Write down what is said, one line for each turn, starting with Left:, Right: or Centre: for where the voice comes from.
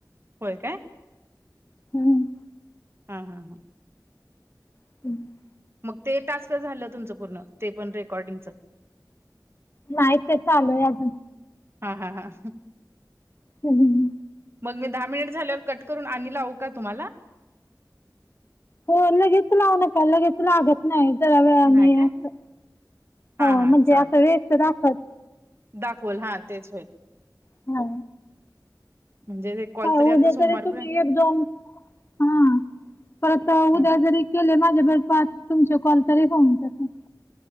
Right: होय काय?
Left: हम्म
Right: हा हा हा
Left: <unintelligible>
Right: मग ते टास्क झालं तुमचं पूर्ण, ते पण रेकॉर्डिंगचं.
Left: नाही ते चालूय अजून.
Right: हा हा हा
Left: <unintelligible>
Right: मग मी दहा मिनिट झाल्यावर कट करून आणि लावू का तुम्हाला?
Left: हो लगेच लावू नका लगेच लागत नाही जरा वेळाने
Right: नाही काय
Left: असं,
Right: हा
Left: हो
Right: हा
Left: म्हणजे
Right: चालतंय
Left: असं व्यस्त दाखत
Right: दाखवल हा तेच होईल.
Left: हा
Right: म्हणजे ते कॉल
Left: काय
Right: आता
Left: उद्या
Right: सोमवारपर्यंत
Left: तरी तुम्ही एक दोन हा परत
Right: हा
Left: उद्या जरी केले माझ्या बरोबर पाच तुमचे कॉल तरी होऊन जातात.